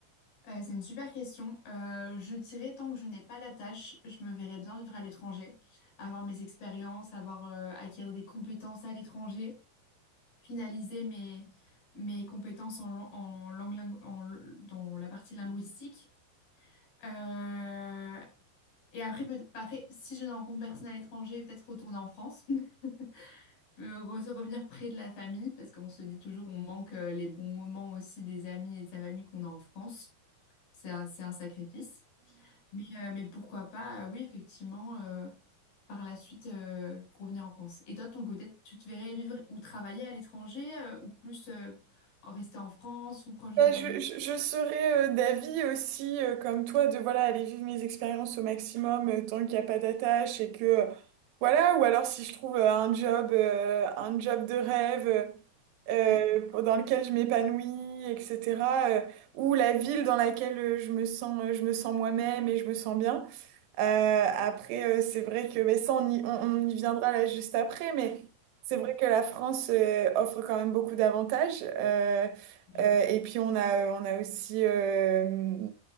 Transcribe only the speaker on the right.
Bah,
je,
je, je serais euh, d'avis aussi, euh, comme toi, de voilà, aller vivre mes expériences au maximum euh, tant qu'il n'y a pas d'attache et que euh, voilà, ou alors si je trouve euh, un job, euh, un job de rêve euh,
pour- dans lequel je m'épanouis, etc. euh, ou la ville dans laquelle euh, je me sens, euh, je me sens moi-même et je me sens bien. Euh, après, euh, c'est vrai que, mais ça, on y, on, on y viendra là juste après, mais c'est
vrai que la France euh, offre quand même beaucoup d'avantages. Euh,
euh, et puis, on a, euh, on a aussi, euh,